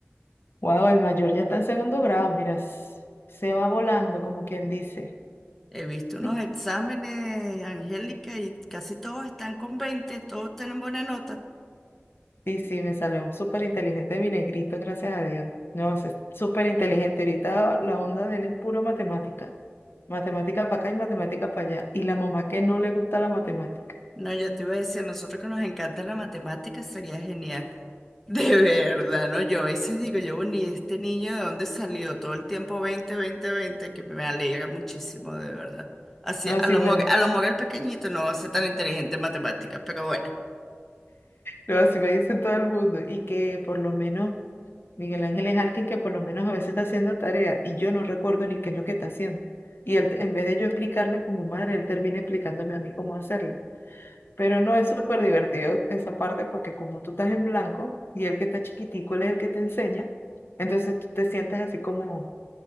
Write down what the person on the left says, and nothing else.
Wow, el mayor ya está en segundo grado, mira, s- se va volando, como quien dice.
<laughs>
Sí, sí, me salió súper inteligente mi negrito, gracias a Dios. No, es súper inteligente. Ahorita la onda de él es pura matemática. Matemática para acá y matemática para allá. Y la mamá que no le gusta la matemática.
No,
sí,
bueno,
no, así me dice todo el mundo. Y que por lo menos Miguel Ángel es alguien que por lo menos a veces está haciendo tarea y yo no recuerdo ni qué es lo que está haciendo. Y él, en vez de yo explicarle como madre, él termina explicándome a mí cómo hacerlo. Pero no es súper divertido esa parte porque como tú estás en blanco y el que está chiquitico él es el que te enseña, entonces tú te sientes así como